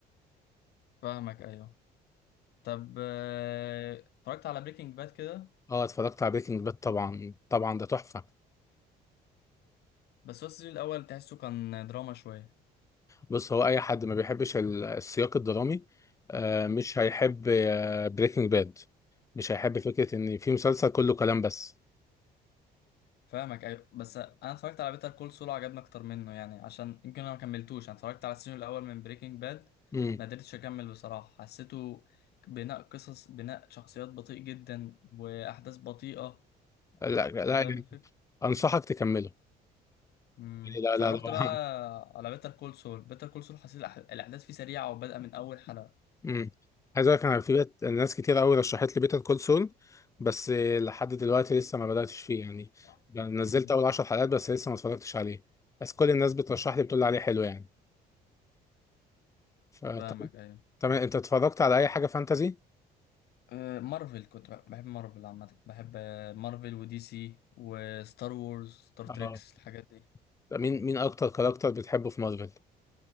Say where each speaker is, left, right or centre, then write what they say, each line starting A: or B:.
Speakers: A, on the left (about 75°); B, on the left (about 20°).
A: فاهمك ايوه طب آه، اتفرجت على بريكنج باد كده
B: اه اتفرجت على بريكنج باد طبعا طبعا ده تحفة
A: بس هو السيزون الاول تحسه كان دراما شويه
B: بص هو اي حد ما بيحبش ال- السياق الدرامي آه،
A: مم.
B: مش هيحب بريكنج باد مش هيحب فكرة ان في مسلسل كله كلام بس
A: فاهمك ايوه بس انا اتفرجت على بيتر كول سول عجبني اكتر منه يعني عشان يمكن انا ما كملتوش انا اتفرجت على السيزون الاول من بريكنج باد
B: مم.
A: ما قدرتش اكمل بصراحه حسيته بناء قصص بناء شخصيات بطيء جدا واحداث بطيئه
B: لا لا
A: انت فاهم
B: يعني
A: الفكره
B: انصحك تكمله
A: امم
B: يعني لا
A: فروحت
B: لا لا
A: بقى
B: <laughs>
A: على بيتر كول سول بيتر كول سول حسيت الأح- الاحداث فيه سريعه وبادئه من اول حلقه
B: امم عايز اقول لك انا في بيت ناس كتير قوي رشحت لي بيتر كول سول بس لحد دلوقتي لسه ما بداتش فيه يعني
A: <laughs>
B: نزلت
A: امم
B: اول 10 حلقات بس لسه ما اتفرجتش عليه بس كل الناس بترشح لي بتقول لي عليه حلو يعني فطب
A: فاهمك ايوه
B: تمام انت اتفرجت على اي حاجه فانتازي
A: آه، مارفل كنت بح- بحب مارفل عامة بحب آه، مارفل ودي سي وستار وورز ستار تريكس
B: اه
A: الحاجات دي
B: طب مين مين اكتر كاركتر بتحبه في مارفل